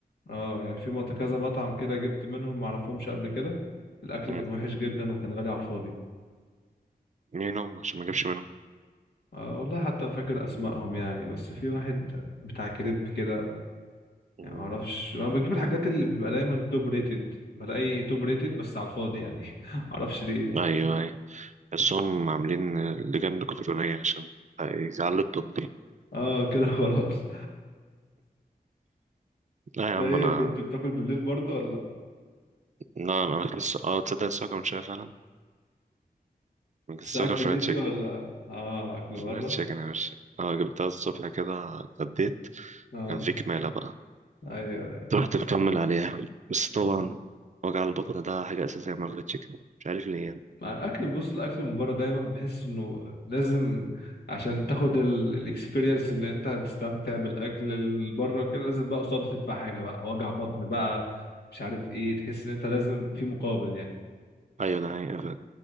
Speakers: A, on the left (about 80°); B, on the right (about 45°).
A: اه يعني في مط- كذا مطعم كده جبت منهم معرفهمش قبل كده الاكل
B: مم.
A: كان وحش جدا وكان غالي على الفاضي
B: مين هم عشان ما اجيبش منهم
A: آه والله حتى انا فاكر اسمائهم يعني بس في واحد بتاع كريب كده
B: مم.
A: يعني معرفش انا بجيب الحاجات اللي بيبقى دايما توب ريتد بلاقي توب ريتد بس على الفاضي يعني <laughs> معرفش ليه
B: ايوه ايوه بس هم عاملين لجان الكترونيه عشان يزعلوا التطبيق
A: اه كده خلاص
B: لا يا عم
A: ده ايه
B: انا
A: كنت بتاكل بالليل برضو ولا
B: لا انا أنا لسه اه تصدق لسه واكل من شويه فعلا انا كنت
A: بس
B: لسه
A: اكل
B: واكل فرايد
A: بيتي
B: تشيكن
A: ولا اه اكل بره
B: فرايد تشيكن يا باشا اه جبتها الصبح كده اتغديت
A: اه
B: كان في كماله بقى
A: ايوه
B: رحت مكمل عليها بس طبعا وجع البطن ده حاجة أساسية مع الفرايد تشيكن مش عارف ليه يعني
A: مع الاكل بص الاكل من بره دايما بحس انه لازم عشان تاخد الاكسبيرينس ان انت هتستمتع بالاكل اللي بره كده لازم بقى قصاده تدفع حاجه بقى وجع بطن بقى مش عارف ايه تحس ان انت لازم في مقابل يعني
B: أيوة ده حقيقة فعلا